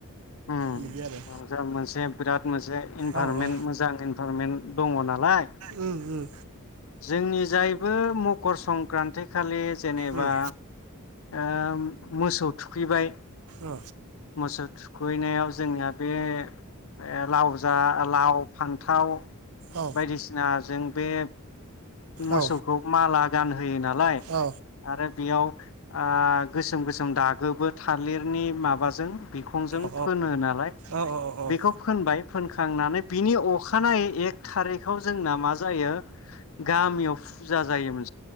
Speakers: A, on the left; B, on the right.
A: उम
B: बिदि आरो
A: जा मोनसे बिराद मोनसे इनभारमेन्ट
B: औ औ
A: मोजां इनभारमेन्ट। दङ नालाय
B: उम उम
A: जोंनि नि जायबो। मकर संक्रान्ति खालि जेनेबा
B: उम
A: ओ मोसौ थुखैबाय।
B: अ
A: मोसौ थुखैनायाव जोंनिया बे। ए लाव जा लाव फान्थाव।
B: औ
A: बायदिसिना जों। बे। मोसौखौ
B: औ
A: माला। गान होयो नालाय
B: अ
A: आरो बेयाव। ओ गोसोम गोसोम दागोबो थालिरनि माबाजों। बिखंजों
B: अ
A: फोनो नालाय
B: अ अ औ
A: बेखौ फोनबाय फोनखांनानै बिनि अखानायै एक थारिखाव जोंना मा। जायो। गामियाव पुजा जायो मो